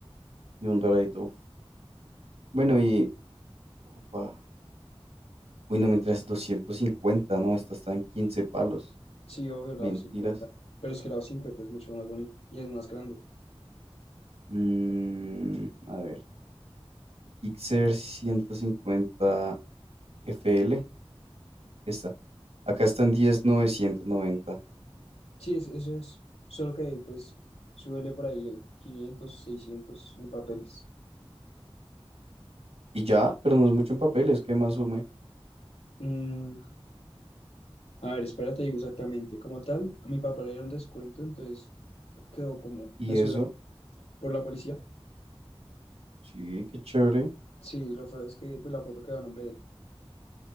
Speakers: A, on the right; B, on the left.
A: y un doradito. Uf. Bueno, y... Opa. Uy, no, mentiras, 250, ¿no? Esta está en 15 palos.
B: Sí, obvio, lado
A: Mentiras.
B: cincuenta pero es que lado 50 es mucho más bonito y es más grande.
A: Mm, a ver. Gixxer 150 FL. Esta. Acá están diez mil novecientos noventa
B: Sí, es, eso es, solo que pues súbele por ahí quinientos seiscientos en papeles.
A: Y ya, pero no es mucho en papeles, ¿qué más sume?
B: Mm, a ver, espérate, digo exactamente. Como tal, a mi papá le dieron descuento, entonces quedó como,
A: Y
B: le subieron
A: eso,
B: por la policía.
A: sí, qué chévere.
B: Sí, lo feo es que pues, la foto quedó a nombre de él.